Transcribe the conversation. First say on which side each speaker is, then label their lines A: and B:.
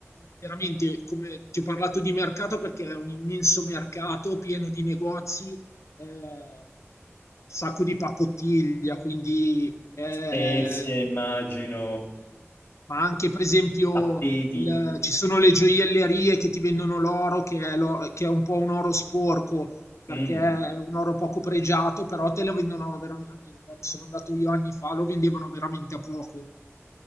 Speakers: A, on the left; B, on the left.
A: veramente, come ti ho parlato di mercato perché è un immenso mercato pieno di negozi, ehm, sacco di pacottiglia, quindi, ehm,
B: Spezie, immagino,
A: ma anche per esempio
B: tappeti.
A: il- ci sono le gioiellerie che ti vendono l'oro, che è, lo- che è un po' un oro sporco, perché
B: Mm.
A: è un oro poco pregiato, però te lo vendono veramente, almeno quando sono andato io anni fa, lo vendevano veramente a poco.